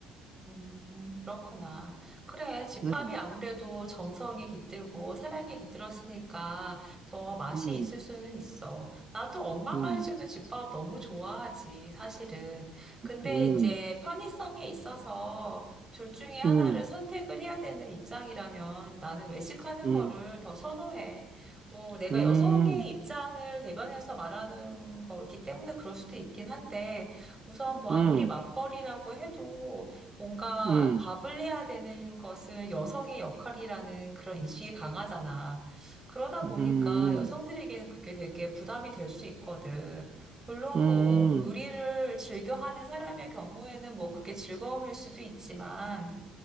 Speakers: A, on the right; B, on the right.
A: 음, 그렇구나. 그래, 집밥이
B: 음,
A: 아무래도 정성이 깃들고 사랑이 깃들었으니까 더 맛이
B: 음,
A: 있을 수는 있어. 나도 엄마가
B: 음,
A: 해주는 집밥 너무 좋아하지, 사실은. 근데
B: 음,
A: 이제 편의성에 있어서 둘 중에 하나를
B: 음,
A: 선택을 해야 되는 입장이라면 나는 외식하는
B: 음,
A: 거를
B: 음,
A: 더 선호해. 뭐, 내가
B: 음,
A: 여성의 입장을 대변해서 말하는 거기 때문에 그럴 수도 있긴 한데 우선 뭐
B: 음,
A: 아무리 맞벌이라고 해도 뭔가
B: 음,
A: 밥을 해야 되는 것은 여성의 역할이라는 그런 인식이 강하잖아. 그러다
B: 음,
A: 보니까 여성들에게는 그게 되게 부담이 될 수 있거든. 물론
B: 음,
A: 뭐
B: 음,
A: 요리를 즐겨하는 사람의 경우에는 뭐 그게 즐거움일 수도 있지만